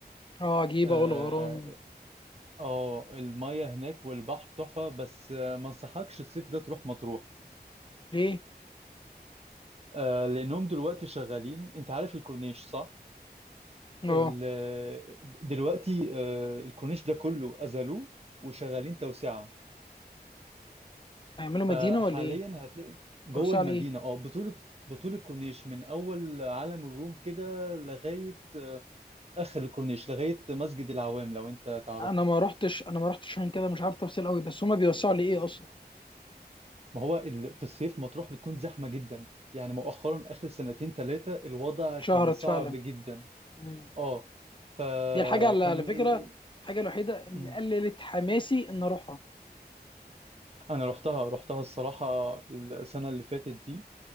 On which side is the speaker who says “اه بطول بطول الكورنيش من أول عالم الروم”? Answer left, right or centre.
Right